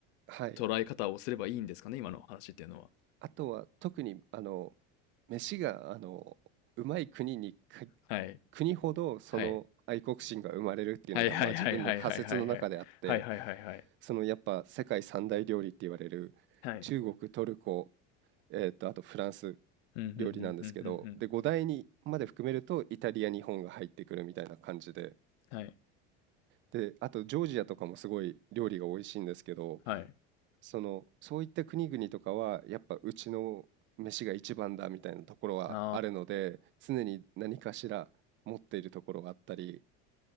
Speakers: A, on the right; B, on the left.
A: はい。
B: 捉え方をすればいいんですかね？今の話っていうのは。
A: あとは特にあの飯があのうまい国にか
B: はい。
A: 国ほどその愛国心が生まれるっていうのがまあ自分の仮説の中であって
B: はい。はいはいはいはいはいはいはい。はいはいはいはい。
A: そのやっぱ世界三大料理って言われる中国トルコ、
B: はい。
A: えーとあとフランス
B: うん、ふんうんうんうんうん。
A: 料理なんですけどで5大にまで含めるとイタリア日本が入ってくるみたいな感じで
B: はい。
A: であとジョージアとかもすごい料理が美味しいんですけど
B: はい。
A: その、そういった国々とかは、やっぱうちの飯が一番だみたいなところはあるので、
B: あ
A: 常に何かしら持っているところがあったり、